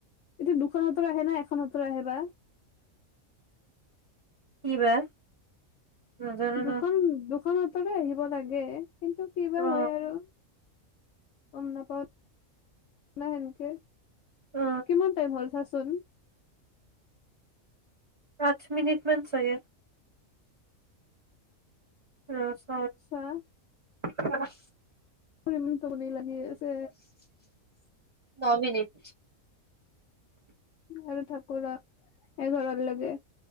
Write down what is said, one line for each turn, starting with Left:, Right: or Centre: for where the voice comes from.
Left: এতিয়া দুখন হতৰ আহে ন এখন হাতৰ আহে বা?
Right: কিবা নাজানো
Left: দোখন,
Right: ন
Left: দোখনত তৰে আহিব লাগে। কিন্তু কি বা
Right: অ
Left: হয় আৰু। গমনা-প-নাহেনকে,
Right: অ
Left: কিমান টাইম হ'ল চাচোন।
Right: পাঁচ মিনিটমান চাগে। ৰ'চ
Left: ছা
Right: <unintelligible>
Left: ইমানটোপনি লাগি আছে
Right: <unintelligible> ন মিনট।
Left: <unintelligible> এঘৰৰলৈকে।